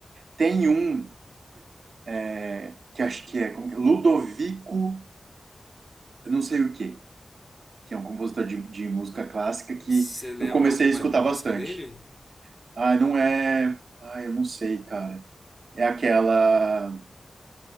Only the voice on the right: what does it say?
tem um é, que acho que é, como que é? Ludovico, eu não sei o quê, que é um compositor de, de música clássica que
eu comecei
a escutar
bastante.
Ah, não é. Ah, eu não sei, cara. É aquela.